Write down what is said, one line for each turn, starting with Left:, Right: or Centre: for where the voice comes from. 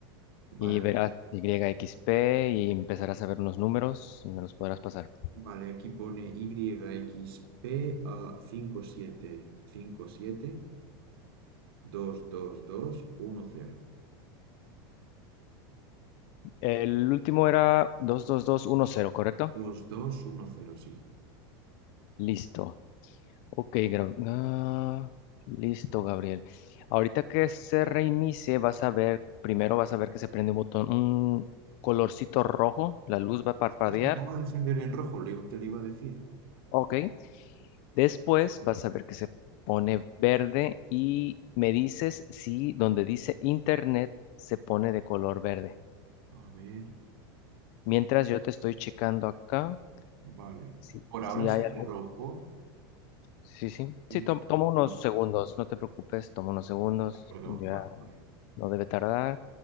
Right: Vale,
Left: y verás YXP y empezarás a ver unos números y me los podrás pasar.
Right: vale, aquí pone YXP a cinco cinco siete cinco siete dos dos dos uno cero
Left: El último era 22210, ¿correcto?
Right: dos dos uno cero sí.
Left: Listo. Ok, gra- ah, listo, Gabriel. Ahorita que se reinicie, vas a ver, primero vas a ver que se prende un botón, un colorcito rojo, la luz va a parpadear.
Right: Sí, se acaba de encender en rojo, le- te lo iba a decir.
Left: Ok. Después vas a ver que se pone verde y me dices si donde dice internet se pone de color verde.
Right: A ver,
Left: Mientras yo te estoy checando acá,
Right: vale.
Left: si,
Right: Por
Left: si
Right: ahora sigue
Left: hay algo.
Right: rojo
Left: Sí, sí.
Right: y...
Left: Sí, tom- toma
Right: y-
Left: unos segundos, no te preocupes, toma unos segundos,
Right: de acuerdo,
Left: ya
Right: vale, vale.
Left: no debe tardar.